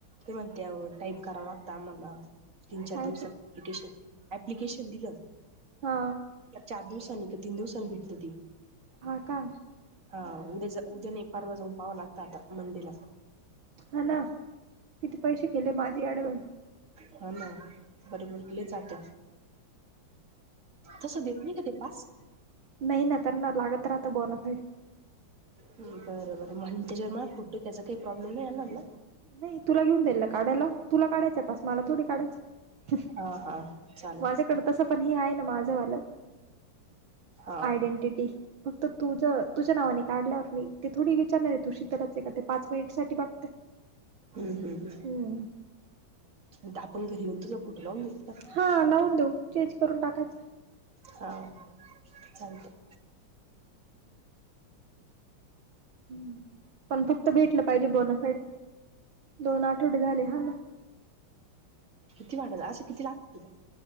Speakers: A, on the right; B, on the right.
A: ते म्हणतात टाईप करावं लागता आम्हाला तीन चार
B: कायच
A: दिवसांत अप्लिकेशन अप्लिकेशन दिलं
B: हा.
A: चार दिवसांनी का तीन दिवसांनी भेटत ते.
B: हा का.
A: हा उद्या उद्या नाही परवा जाऊन पहावं लागतं आता मंडेला.
B: हा ना किती पैसे गेले माझी अँडव्हान्स.
A: हा ना बरोबर कजात. तसं देत नाही का ते पास.
B: नाही ना त्यांना लागत राहतं बोनाफाईड.
A: बरं बरं म्हण त्याच्यावर माझा फोटो त्याचा काही प्रॉब्लेम नाही येणार ना?
B: नाही तुला घेऊन जाईल काढायला तुला काढायचं आहे पास मला थोडी काढायचं?
A: हा हा चालेल
B: माझ्याकडे तसं पण हे आहे. माझ वालं
A: हा
B: आयडेंटिटी फक्त तुझं. तुझ्या नावाने काढल्यावर मी ते थोडी विचारणार आहे तु शीतलच का ते पाच मिनिट साठी बघते.
A: हम्म हम्
B: हम्म
A: हम् आपण घरी येऊन तोच. लावन दिसत. <unintelligible>
B: हा लावून देऊ चेंज करून टाकायचं..
A: हा चालतंय..
B: ह पण फक्त भेटलं पाहिजे बोनफाईड दोन आठवडे झाले हा नां..
A: किती वाटत असं किती लागत.